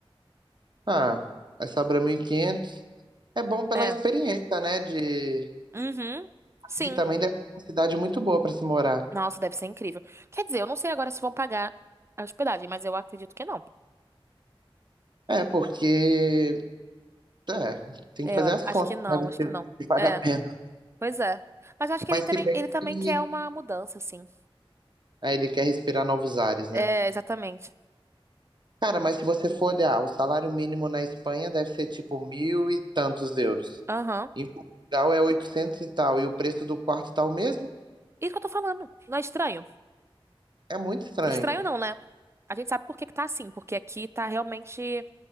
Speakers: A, on the right (about 50°); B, on the right (about 30°).
A: Ah, vai sobrar 1.500. É bom pela
B: É.
A: experiência, né? De...
B: Uhum. Sim.
A: E também deve ser uma cidade muito boa para se morar.
B: Nossa, deve ser incrível. Quer dizer, eu não sei agora se vão pagar a hospedagem, mas eu acredito que não.
A: É, porque É, tem
B: É,
A: que fazer
B: eu a-
A: as
B: acho
A: contas,
B: que não,
A: né? Ver
B: acho
A: se
B: que não.
A: se vale
B: É,
A: a pena.
B: pois é. Mas eu acho que
A: Mas
B: ele também,
A: se bem
B: ele também
A: que
B: quer uma mudança, assim.
A: aí ele quer respirar novos ares, né?
B: É, exatamente.
A: Cara, mas se você for olhar, o salário mínimo na Espanha deve ser tipo mil e tantos euros.
B: Aham.
A: Em Portugal é 800 e tal, e o preço do quarto tá o mesmo?
B: Isso que eu tô falando. Não é estranho?
A: É muito estranho.
B: Estranho não, né? A gente sabe por que que tá assim, porque aqui tá realmente.